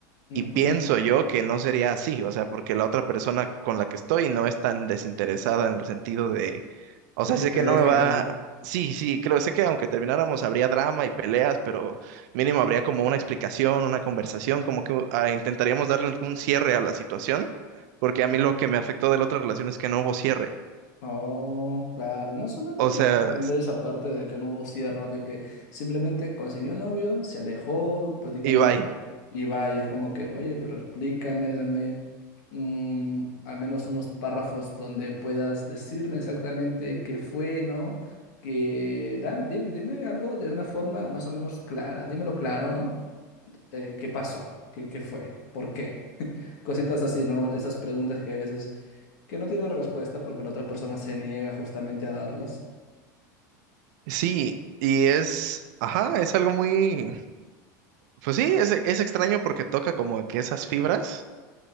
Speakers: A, on the left; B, on the right.
A: ujú,
B: y pienso yo que no sería así, o sea, porque la otra persona con la que estoy no es tan desinteresada en el sentido de, o
A: De
B: sea,
A: que
B: sé
A: te
B: que
A: deja
B: no me va,
A: ya.
B: sí, sí, creo, sé que aunque termináramos habría drama y peleas, pero mínimo habría como una explicación, una conversación, como que ah, intentaríamos darle algún cierre a la situación, porque
A: Ujú.
B: a mí lo que me afectó de la otra relación es que no hubo cierre,
A: Oh, claro, más o menos
B: o
A: puedo
B: sea,
A: comprender
B: s-
A: esa parte de que no hubo cierre, ¿no? De que simplemente consiguió novio, se alejó prácticamente
B: y bye.
A: y vaya, es como que, oye, pero explícame, dame mm, al menos unos párrafos donde puedas decirme exactamente qué fue, ¿no? Que da- dime, dime algo de una forma más o menos clara, dímelo claro, ¿no? Eh, ¿qué pasó? ¿Qué, qué fue? ¿Por qué? Cositas así, ¿no? Esas preguntas que hay veces que no tienen respuesta porque la otra persona se niega justamente a darlas.
B: Sí, y es, ajá, es algo muy, pues sí, es, es extraño porque toca como que esas fibras